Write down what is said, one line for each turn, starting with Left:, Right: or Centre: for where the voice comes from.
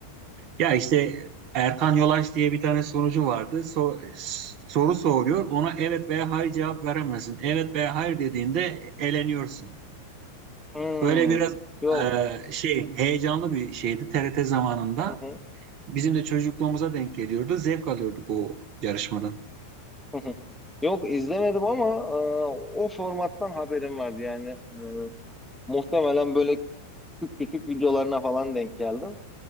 Right: ya işte Erkan Yolaç diye bir tane sunucu vardı. So- soru soruyor. Ona evet veya hayır cevap veremezsin. Evet veya hayır dediğinde eleniyorsun.
Centre: Hmm,
Right: Böyle biraz
Centre: yok.
Right: e, şey heyecanlı bir şeydi TRT zamanında.
Centre: Hı hı,
Right: Bizim de çocukluğumuza denk geliyordu. Zevk alıyorduk o yarışmadan.
Centre: hı hı. Yok izlemedim ama e, o formattan haberim vardı yani. E, muhtemelen böyle küçük küçük videolarına falan denk geldim.